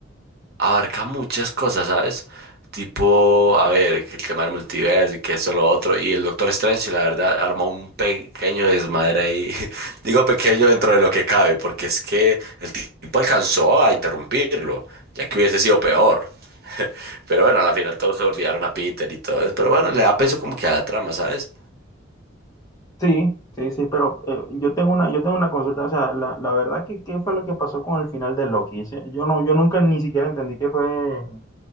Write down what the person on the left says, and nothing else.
Sí, sí, sí, pero eh, yo tengo una, yo tengo una consulta, o sea, la, la verdad que qué fue lo que pasó con el final de Loki. Sí, Yo no, yo nunca ni siquiera entendí qué fue.